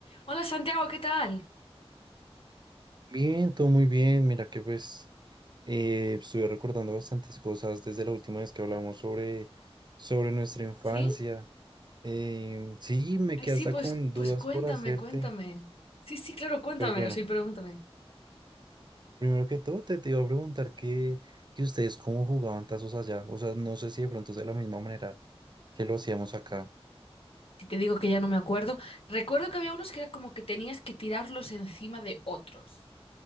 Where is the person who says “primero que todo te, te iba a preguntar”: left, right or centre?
Right